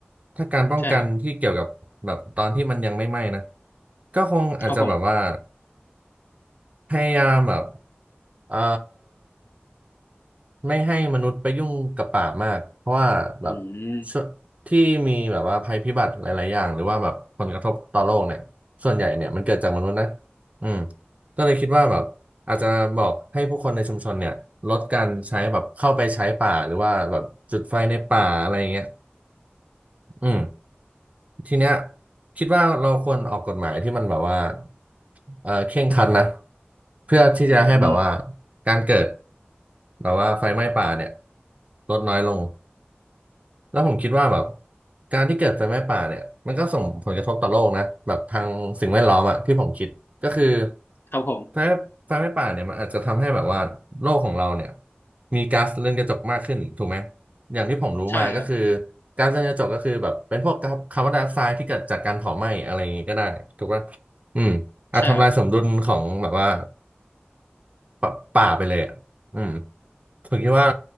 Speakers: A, on the right; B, on the left.
A: ถ้าการป้องกันที่เกี่ยวกับแบบตอนที่มันยังไม่ไหม้นะ
B: ใช่ครับ
A: ก็คงอาจจะแบบว่า
B: ครับผม
A: พยายามแบบเอ่อ ไม่ให้มนุษย์ไปยุ่งกับป่ามากเพราะว่าแบบ
B: อืม
A: ช่วที่มีแบบว่าภัยพิบัติหลายๆอย่างหรือว่าแบบผลกระทบต่อโลกเนี่ยส่วนใหญ่เนี่ยมันเกิดจากมนุษย์นะอืมก็เลยคิดว่าแบบอาจจะบอกให้ผู้คนในชุมชนเนี่ยลดการใช้แบบเข้าไปใช้ป่าหรือว่าแบบจุดไฟในป่าอะไรอย่างเงี้ยอืม ทีเนี้ยคิดว่าเราควรออกกฎหมายที่มันแบบว่าเออเคร่งครัดนะเพื่อที่จะให้แบบว่า
B: อืมอืม
A: การเกิดแบบว่าไฟไหม้ป่าเนี่ยลดน้อยลงแล้วผมคิดว่าแบบการที่เกิดไฟไหม้ป่าเนี่ยมันก็ส่งผลกระทบต่อโลกนะแบบทางสิ่งแวดล้อมอะที่ผมคิดก็คือ
B: ครับผม
A: ไฟไฟไหม่ป่าเนี่ยมันอาจจะทำให้แบบว่าโลกของเราเนี่ยมีก๊าซเรือนกระจกมากขึ้นถูกไหมอย่างที่ผมรู้มาก็คือ
B: ใช่ครับ
A: ก๊าซเรือนกระจกก็คือแบบเป็นพวกาคาร์บอนไดออกไซด์ที่เกิดจากการเผาไหม้อะไรอย่างงี้ก็ได้ถูกป่ะอืมอาจทำลายสมดุลของแบบว่า
B: ใช่ครับ
A: ปป่าไปเลยอ่ะอืมผมคิดว่า